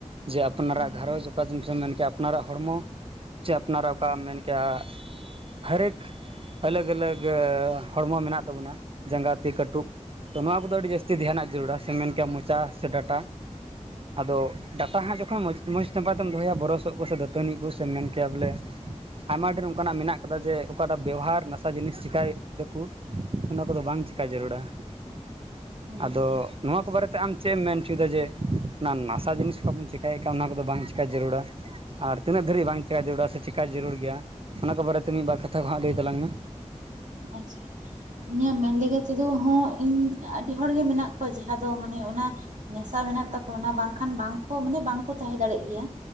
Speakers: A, on the right; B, on the right.
A: ᱡᱮ ᱟᱯᱱᱟᱨᱟᱜ
B: ᱦᱩᱸ ᱦᱩᱸ
A: ᱜᱷᱟᱨᱚᱸᱡᱽ ᱚᱠᱟ ᱡᱤᱱᱤᱥᱮᱢ ᱢᱮᱱ ᱠᱮᱭᱟ ᱟᱯᱱᱟᱨᱟᱜ ᱦᱚᱲᱢᱚ ᱪᱮ ᱟᱯᱱᱟᱨᱟᱜ ᱚᱠᱟᱢ ᱢᱮᱱ ᱠᱮᱭᱟ ᱦᱟᱨᱮᱠ ᱟᱞᱟᱜᱽ ᱟᱞᱟᱜᱽ ᱦᱚᱲᱢᱚ ᱢᱮᱱᱟᱜ ᱛᱟᱵᱚᱱᱟ ᱡᱟᱸᱜᱟ ᱛᱤ ᱠᱟᱹᱴᱩᱵ ᱛᱚ ᱱᱚᱣᱟ ᱠᱚᱫᱚ ᱟᱹᱰᱤ ᱡᱟᱹᱥᱛᱤ ᱫᱷᱮᱭᱟᱱᱟᱜ ᱡᱟᱹᱨᱩᱲᱟ ᱥᱮᱢ ᱢᱮᱱ ᱠᱮᱭᱟ ᱢᱚᱪᱟ ᱥᱮ ᱰᱟᱴᱟ ᱟᱫᱚ ᱰᱟᱴᱟ ᱦᱟᱸᱜ ᱡᱚᱠᱷᱚᱱᱚ ᱢᱚᱡᱽ ᱱᱟᱯᱟᱭ ᱛᱮᱢ ᱫᱚᱦᱚᱭᱟ ᱵᱚᱨᱚᱥᱚᱜ ᱠᱚ ᱥᱮ ᱫᱟᱹᱛᱟᱹᱱᱤ ᱠᱚᱥᱮᱢ ᱢᱮᱱ ᱠᱮᱭᱟ ᱵᱚᱞᱮ ᱟᱭᱢᱟ ᱰᱷᱮᱨ ᱚᱱᱠᱟᱱᱟᱜ ᱢᱮᱱᱟᱜ ᱠᱟᱫᱟ ᱡᱮ ᱚᱠᱟᱴᱟᱜ ᱵᱮᱣᱦᱟᱨ ᱱᱟᱥᱟ ᱡᱤᱱᱤᱥ ᱪᱮᱠᱟᱹᱭ ᱫᱟᱠᱚ ᱚᱱᱟ ᱠᱚᱫᱚ ᱵᱟᱝ ᱪᱮᱠᱟᱹ ᱡᱟᱹᱨᱩᱲᱟ
B: ᱦᱩᱸ
A: ᱟᱫᱚ
B: ᱦᱩᱸ
A: ᱱᱚᱣᱟ ᱠᱚ ᱵᱟᱨᱮᱛᱮ ᱟᱢ ᱪᱮᱫ ᱮᱢ ᱢᱮᱱ ᱚᱪᱚᱭᱮᱫᱟ ᱡᱮ ᱚᱱᱟ ᱱᱟᱥᱟ ᱡᱤᱱᱤᱥ ᱠᱚ ᱵᱚᱱ ᱪᱮᱠᱟᱹᱭᱮᱫ ᱠᱟᱱ ᱚᱱᱟ ᱠᱚᱫᱚ ᱵᱟᱝ ᱪᱮᱠᱟᱹᱭ ᱡᱟᱹᱨᱩᱲᱟ ᱟᱨ ᱛᱤᱱᱟᱹᱜ ᱫᱷᱟᱹᱨᱤᱡ ᱵᱟᱝ ᱪᱮᱠᱟ ᱡᱟᱹᱨᱩᱲᱟ ᱥᱮ ᱪᱮᱠᱟ ᱡᱟᱹᱨᱩᱲ ᱜᱮᱭᱟ ᱚᱱᱟ ᱠᱚ ᱵᱟᱨᱮᱛᱮ ᱢᱤᱫ ᱵᱟᱨ ᱠᱟᱛᱷᱟ ᱠᱚ ᱦᱟᱸᱜ ᱞᱟᱹᱭ ᱛᱟᱞᱟᱝ ᱢᱮ
B: ᱟᱪᱪᱷᱟ ᱤᱧᱟᱹᱜ ᱢᱮᱱ ᱞᱮᱠᱟ ᱛᱮᱫᱚ ᱦᱚᱸ ᱤᱧ ᱟᱹᱰᱤ ᱦᱚᱲ ᱜᱮ ᱢᱮᱱᱟᱜ ᱠᱚᱣᱟ ᱡᱟᱦᱟᱸ ᱫᱚ ᱢᱟᱱᱮ ᱚᱱᱟ ᱱᱮᱥᱟ ᱢᱮᱱᱟᱜ ᱛᱟᱠᱚ ᱚᱱᱟ ᱵᱟᱝᱠᱷᱟᱱ ᱵᱟᱝᱠᱚ ᱢᱟᱱᱮ ᱵᱟᱝᱠᱚ ᱛᱟᱦᱮᱸ ᱫᱟᱲᱮᱜ ᱜᱮᱭᱟ